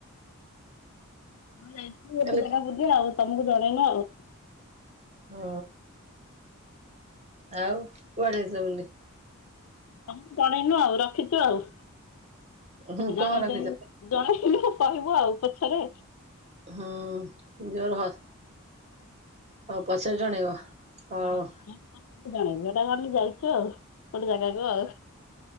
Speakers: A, on the left; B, on the right.
A: ହଁ ଯାଇଥିଲି ଗୋଟେ
B: କାଲି
A: ଜାଗା ବୁଲି ଆଉ, ତମକୁ ଜଣେଇନୁ ଆଉ।
B: ଓ। ଆଉ କୁଆଡେ ଯାଇଥିଲ ବୁଲି?
A: ତମୁକୁ ଜଣେଇନୁ ଆଉ ରଖିଚୁ ଆଉ
B: ହୁଁ
A: ଜଣେଇ
B: କଣ ରଖିଛ?
A: ଦେନି ଜଣେଇନୁ କହିବୁ ଆଉ ପଛରେ।
B: ହୁଁ ଜୋରେ ହ ହଉ ପଛେରେ ଜଣେଇବ ହଉ।
A: ହଁ ତମକୁ ପଛରେ ଜଣେଇବୁ ଏଟା ଆମେ ଯାଇଚୁ ଆଉ ଗୋଟେ ଜାଗାକୁ ଆଉ।